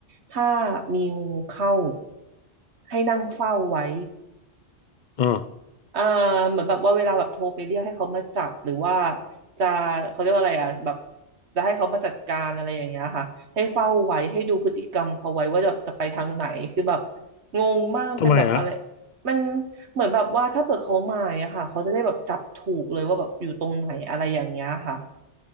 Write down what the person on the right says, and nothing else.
ถ้ามีงูเข้าให้นั่งเฝ้าไว้
เอ่าเหมือนแบบว่าเวลาแบบโทรไปเรียกให้เขามาจับหรือว่าจะเขาเรียกว่าอะไรอ่ะแบบจะให้เขามาจัดการอะไรอย่างเงี้ยค่ะให้เฝ้าไว้ให้ดูพฤติกรรมเขาไว้ว่าแบบจะไปทางไหนคือแบบงงมากมันเป็นแบบอะไร
มันเหมือนแบบว่าถ้าเปิดเขามาอย่างเงี้ยค่ะเขาจะได้แบบจับถูกเลยว่าแบบอยู่ตรงไหนอะไรอย่างเงี้ยค่ะ